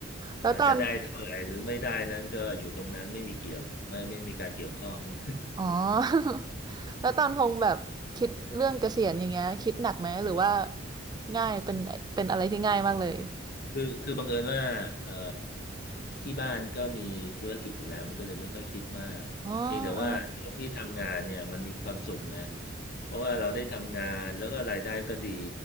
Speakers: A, on the right (about 20°); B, on the left (about 50°).
A: แล้วตอน
B: อ่าจะได้เท่าไหร่หรือไม่ได้นั้นก็อยู่ตรงนั้นไม่มีเกี่ยวไม่ไม่มีการเกี่ยวข้อง <laughs>
A: อ๋อ <laughs> แล้วตอนพงแบบคิดเรื่องเกษียณอย่างเงี้ยคิดหนักไหมหรือว่าง่ายเป็นเป็นอะไรที่ง่ายมากเลย
B: คือคือบังเอิญว่าเอ่อที่บ้านก็มีธุรกิจอยู่แล้วมันก็เลยไม่ค่อยคิดมากเพียงแต่ว่าช่วงที่ทำงานเนี่ยมันมีความสุขนะ
A: อ๋อเออ
B: เพราะว่าเราได้ทำงานแล้วก็รายได้ก็ดี